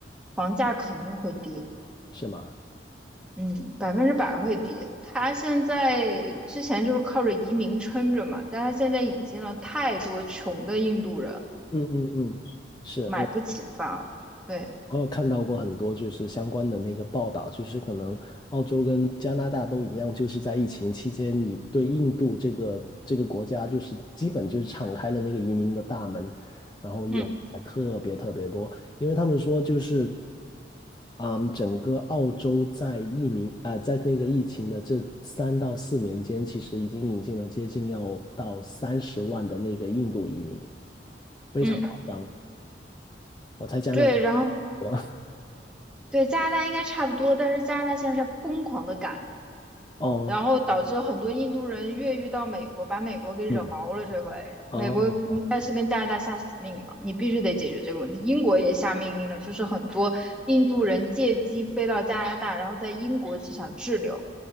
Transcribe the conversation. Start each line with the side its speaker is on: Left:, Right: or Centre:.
Centre: 房价肯定会跌，
Left: 是吗？
Centre: 嗯，百分之百会跌。它现在之前就是靠着移民撑着嘛，但它现在引进了太多穷的印度人，
Left: 嗯嗯嗯，是我。
Centre: 买不起房。对，
Left: 我有看到过很多就是相关的那个报道，就是可能澳洲跟加拿大都一样，就是在疫情期间，你对印度这个这个国家就是基本就是敞开了那个移民的大门，然后有还特别特别多，
Centre: 嗯
Left: 因为他们说就是，嗯，整个澳洲在疫民啊、呃在那个疫情的这三到四年间，其实已经引进了接近要到三十万的那个印度移民，非常夸张，
Centre: 嗯，
Left: 我猜加拿大。
Centre: 对，然后。
Left: <laughs>
Centre: 对，加拿大应该差不多，但是加拿大现在在疯狂的赶，
Left: 哦，
Centre: 然后导致很多印度人越狱到美国，把美国给惹毛了。
Left: 嗯，
Centre: 这回美国应该是跟加拿大下死命了，
Left: 哦，
Centre: 你必须得解决这个问题。英国也下命令了，就是很多印度人借机飞到加拿大，然后在英国机场滞留。